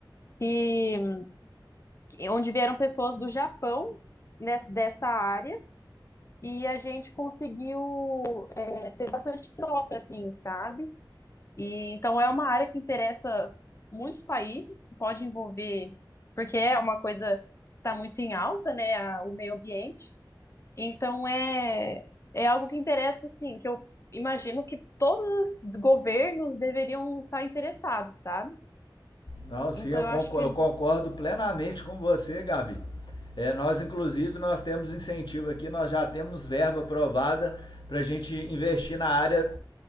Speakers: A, on the left; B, on the left.
A: que, que- onde vieram pessoas do Japão nes- dessa área e a gente conseguiu eh, ter bastante troca, assim, sabe? E então é uma área que interessa muitos países, que pode envolver, porque é uma coisa que está muito em alta, né? a- o meio ambiente. Então é, é algo que interessa, assim, que eu imagino que todos os governos deveriam estar interessados, sabe?
B: Não, sim,
A: Então
B: eu
A: eu
B: concordo,
A: acho que.
B: eu concordo plenamente com você, Gabi. É, nós, inclusive, nós temos incentivo aqui, nós já temos verba aprovada para a gente investir na área